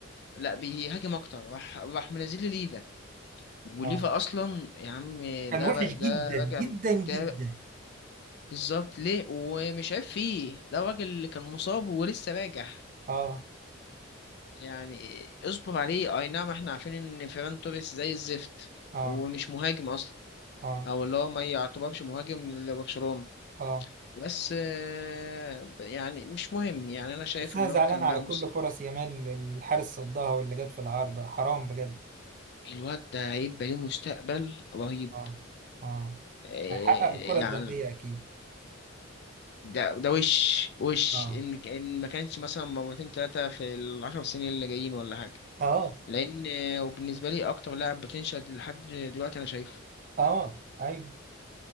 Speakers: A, on the left; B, on the right.
A: لا بيهاجم اكتر راح راح منزل لي ليفا وليفا
B: اه
A: اصلا يا عم
B: كان
A: ده
B: وحش
A: ده
B: جدا جدا
A: راجع
B: جدا
A: ده بالظبط ليه ومش عارف فيه ده الراجل اللي كان مصاب ولسه راجع
B: اه
A: يعني اصبر عليه اي نعم احنا عارفين ان فيران توريس زي الزفت
B: اه
A: ومش مهاجم اصلا
B: اه
A: او اللي هو ما يعتبرش مهاجم لبرشلونة
B: اه
A: بس آه، يعني مش مهم يعني انا شايف
B: بس انا
A: ان
B: زعلان
A: هو كان
B: على
A: بقى
B: كل
A: مص-
B: فرص يامال الحارس صدها واللي جت في العارضة حرام بجد
A: الواد ده هيبقى ليه مستقبل رهيب
B: اه اه
A: آه،
B: هيحقق الكرة
A: يعني
B: الذهبية اكيد
A: ده ده وش وش
B: اه
A: ان ان ما كانش مثلا مرتين ثلاثه في العشر سنين اللي جايين ولا حاجه
B: اه
A: لان آه، وبالنسبه لي اكتر لاعب بوتنشال لحد دلوقتي انا شايفه
B: اه ايوه